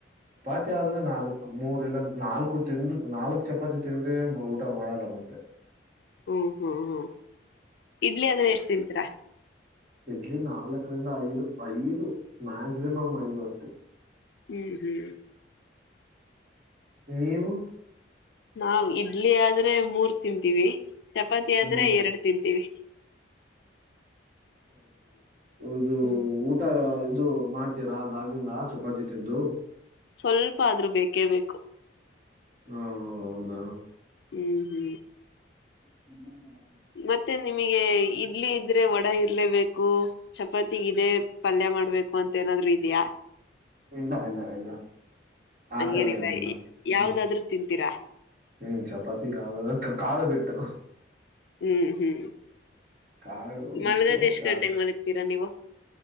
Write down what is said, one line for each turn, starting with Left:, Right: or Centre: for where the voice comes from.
Right: ತ್ತೆ ಆದ್ರೆ ನಾಲ್ಕು ಮೂರ್ ಇಲ್ಲ ನಾಲ್ಕು ತಿಿಂದ ನಾಲ್ಕು ಚಪಾತಿ ತಿಂದ್ರೆ ಊಟ ಮಾಡಲ್ಲ ಮತ್ತೆ
Left: ಹ್ಮ್ ಹ್ಮ್ ಹ್ಮ್ ಇಡ್ಲಿ ಆದ್ರೆ ಎಷ್ಟ್ ತಿಂತರಾ
Right: ಇಡ್ಲಿ ನಾಲ್ಕರಿಂದ ಐದು ಐದು ಮಾಕ್ಸಿಮಂ ಐದು ಅಷ್ಟೇ
Left: ಹ್ಮ್ ಹ್ಮ್
Right: ನೀವು
Left: ನಾವ್ ಇಡ್ಲಿ ಆದ್ರೆ ಮೂರ್ ತಿಂತೀವಿ ಚಪಾತಿ ಆದ್ರೆ
Right: ಹ್ಮ್
Left: ಎರಡು ತಿಂತೀವಿ
Right: ಹೌದು
Left: ಹ್ಮ್
Right: ಊಟ ಇದು ಮಾಡ್ತೀರಾ ಅದಾಗಿಂದ ಚಪಾತಿ ತಿಂದು
Left: ಸ್ವಲ್ಪ ಆದ್ರೂ ಬೇಕೇ ಬೇಕು
Right: ಹಾ ಹೌದಾ
Left: ಹ್ಮ ಹ್ಮ
Right: <inaudible>
Left: ಮತ್ತೆ ನಿಮಗೆ ಇಡ್ಲಿ ಇದ್ರೆ ಒ ಹಿಲೆ ವ ಕೂ ಚಪಾತಿಗಿದೆ ಪಲ್ಯ ಮಾಡ್ಬೇಕು ಅಂತ ಏನಾದ್ರೂ ಇದ್ಯಾ
Right: ಇಲ್ಲ ಇಲ್ಲ ಇಲ್ಲ ಆ
Left: ಹಂಗೇನಿಲ್ಲ
Right: ತರ ಏನೆಲ್ಲ ಹ್ಮ್
Left: ಯಾವ್ದಾದ್ರು ತಿಂತೀರಾ
Right: ಹ್ಮ್ ಚಪಾತಿ ಯಾವ್ದ ಕಾಳು ಬಿಟ್ಟು
Left: ಹ್ಮ್ ಹ್ಮ್
Right: ಕಾಳು ಬಿಟ್ಟು
Left: ಮಲ್ಗದೆಷ್ಟ
Right: ಯಾವ್ದ್
Left: ಗಂಟೆಗ ಮಲಗ್ತೀರಾ ನೀವು